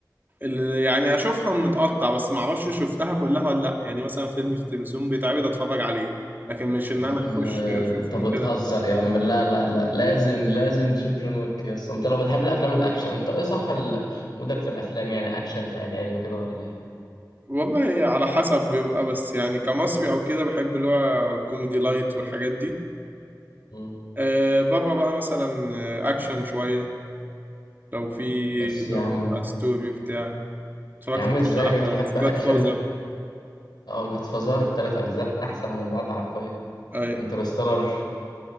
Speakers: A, on the right; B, on the left.
A: ال- يعني اشوفها متقطع بس ما اعرفش شفتها كلها ولا لا يعني مثلا فيلم في التلفزيون بيتعرض اتفرج عليه لكن مش ان
B: يا عم
A: انا اخش اشوفهم
B: انت بتهزر
A: كده
B: يا عم لا لا لا لازم لازم تشوف جون ويك يا اسطى انت لو بتحب الافلام الاكشن انت ايه صح ال- مودك في الافلام يعني اكشن خيال علمي كده ولا ايه
A: والله على حسب بيبقى بس يعني كمصري او كده بحب اللي هو كوميدي لايت والحاجات دي
B: مم.
A: آه بره بقى مثلا آه، اكشن شويه لو في
B: بس
A: اللي
B: يا
A: هو
B: عم
A: بيبقى ستوري بتاع اتفرجت
B: يا عم
A: مثلاً
B: ازاي
A: على
B: بتحب
A: ذا
B: اكشن
A: جاد فازر
B: اه جاد فازار التلات اجزاء احسن من بعض حرفيا
A: اي
B: انترستيلر